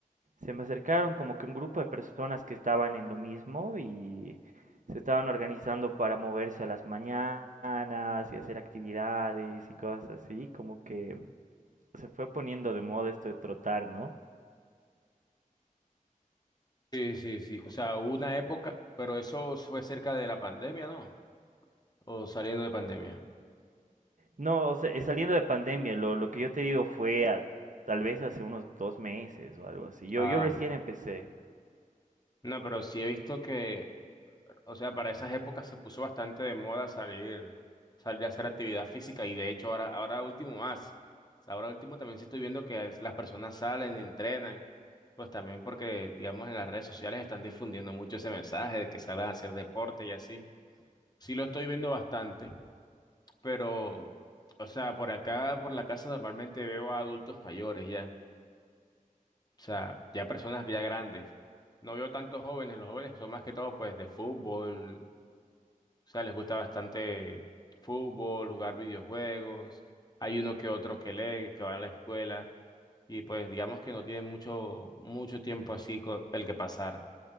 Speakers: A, on the right; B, on the left.
A: se me acercaron como que un grupo de personas que estaban en lo mismo y se estaban organizando para moverse a las mañanas y hacer actividades y cosas así, como que se fue poniendo de moda esto de trotar, ¿no?
B: Sí, sí, sí. O sea, hubo una época, pero eso fue cerca de la pandemia, ¿no? O saliendo de pandemia.
A: No, o sea, eh, saliendo de pandemia, lo, lo que yo te digo fue a- tal vez hace unos dos meses o algo así. Yo,
B: Ah,
A: yo recién empecé.
B: no, pero sí he visto que O sea, para esas épocas se puso bastante de moda salir, salir a hacer actividad física y de hecho ahora, ahora último más. O sea, ahora último también sí estoy viendo que es- las personas salen y entrenan, pues también porque, digamos, en las redes sociales están difundiendo mucho ese mensaje de que salgan a hacer deporte y así. Sí lo estoy viendo bastante, pero, o sea, por acá, por la casa normalmente veo a adultos mayores ya, o sea, ya personas ya grandes. No veo tantos jóvenes, los jóvenes son más que todo pues de fútbol O sea, les gusta bastante fútbol, jugar videojuegos. Hay uno que otro que lee, que va a la escuela. Y pues digamos que no tienen mucho, mucho tiempo así co- el que pasar.